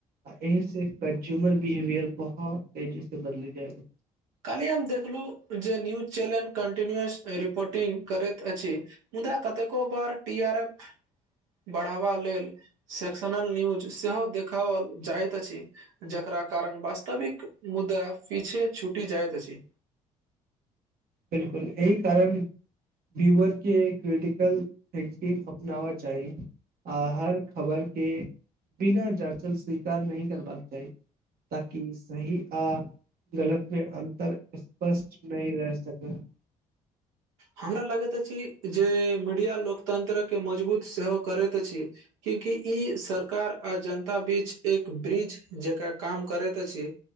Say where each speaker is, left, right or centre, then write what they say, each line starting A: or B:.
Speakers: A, on the right; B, on the right.
A: आ एहिह से कन्ज्यूमर बिहेवियर बहुत तेजी से बदली जाय
B: कालही हम देखलु जे न्यूज चैनल कंटिन्यूअस रिपोर्टिंग करैत अछि मुदा कतेको बार टी आर एफ बढ़ावा लेल सेक्शनल न्यूज सेहो देखाओल जाइतइत अछि जकरा कारण वास्तविक मुद्दा पीछे छुटी जाइत अछि
A: बिलकुल एहि कारण ब्यवरके एक क्रिटिकल ह अपनावा चाही आ हर खबर के बिना जाचल स्वीकार नहि करबाक चाही ताक सही आ गलत मे अन्तर स्पष्ट नहि रह सक ह <inaudible>
B: हमरा लगैत अछि जे मीडिया लोकतंत्र के मजबूत सेहो करैत अछि क्यूंकि ई सरकार आ जनता बीच एक ब्रिज जेका काम करैत अछि